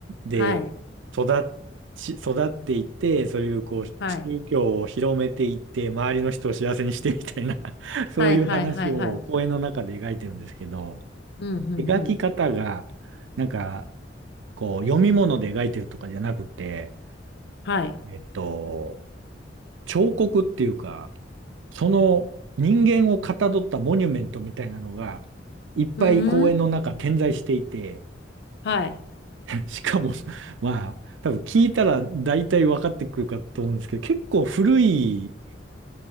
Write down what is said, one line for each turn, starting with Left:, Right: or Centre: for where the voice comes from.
Right: で、
Left: はい。
Right: 育っち、育っていって、そういうこう、宗教を広めていって、
Left: はい。
Right: 周りの人を幸せにしてみたいな <laughs> そういう話を講演の中で描いてるんですけど、
Left: はい、はい、はい、はい。うん、うん、
Right: 描き方が、
Left: うん。
Right: なんか、こう、読み物で描いてるとかじゃなくて、
Left: はい。
Right: えっと、彫刻っていうか、その人間をかたどったモニュメントみたいなのが、いっぱい公園の中点在していて、
Left: うーん。はい。
Right: <laughs> しかも、まあ、多分聞いたら大体分かってくるかと思うんですけど、結構古い